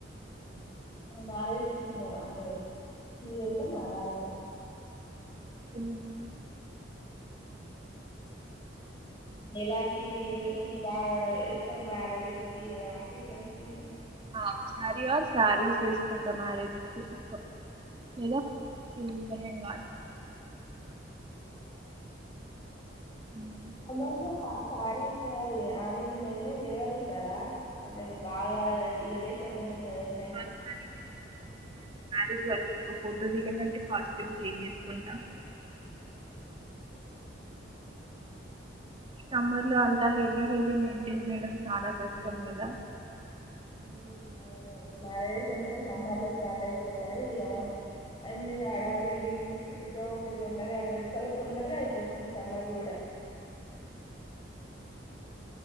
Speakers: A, on the left (about 25°); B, on the right (about 30°).
A: మారేజ అంటే మీ వెళ్తున్నారా అతే
B: మ్మ్
A: ఎలాంటి డ్రెస్సింగ్ బాగా ఏస్తారు మ్యారేజెస్ అకేషన్షన్స్ కి మీరు
B: ఆ సారీ శారీస్ తీసుకుంటా మ్యారేజ్ కి ఎక్కువ లేదా మ్మ్ లెహంగాస్ మ్మ్
A: అందరిలో శారీస్ అ ఆ మీరు మెయింటైన్ చేయగలుగుతారా అంటే బాగా ఇరిటేషన్ ఉంటది కదా ఎంతైనా
B: హాఫ్ సారీ మ్యారేజ్ వరకే ఒక ఫోటో దిగందంటే కాస్ట్యూమ్ చేంజ్ చేసుకుంటాం
A: మ్మ్
B: సమ్మర్ లో అంతా హెవీ హెవీ మెయింటైన్ చేయడం చాలా కష్టం కదా
A: మ్మ్ అవును మ్యారేజస్ సమ్మర్ లో స్టార్ట్ అయిపోతాయి ఇగ అన్ని అడావిడి ఏదో ఒకటి ఉంటనే ఉంటది చాలా తొందరగా అయిపోతుంది సమ్మర్ కూడా